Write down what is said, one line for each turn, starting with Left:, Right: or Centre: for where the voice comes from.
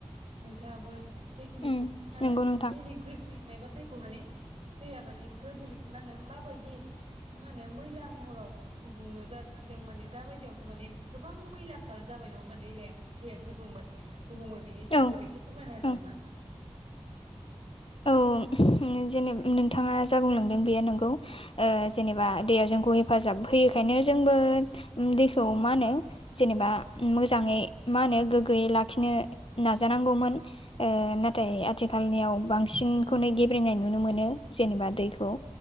Right: नोंथाङाबो दैनि मा
Left: उम
Right: होनो
Left: नंगौ नोंथां
Right: दैनि ग्रेब्रेंनाय बा दै <unintelligible> माने दैया माने गोदोनि मा होनो माबायदि मा होनो मैला महराव नुजाथिदों माने दाबायदियावथ' माने गोबां मैला खा जाबाय नङा ओमबा दैलाया दैया गुब्रुंबाय गुबुंबाय बिनि जाहोनखौ
Left: औ
Right: एसे फोरमायना होदो
Left: औ
Right: नामा
Left: औ जेने नोंथाङा जा बुंलांदों बे नोंगौ। ओ जेनेबा दैया जोंखौ हेफाजाब होयोखायनो जोंबो दैखौ मा होनो जेनेबा मोजाङै मा होनो गोग्गोयै लाखिनो नाजानांगौमोन। ओ ना नाथाय
Right: औ
Left: आथिखालनियाव बांसिनखौनो गेब्रेंनाय नुनो मोनो जेनेबा दैखौ।
Right: औ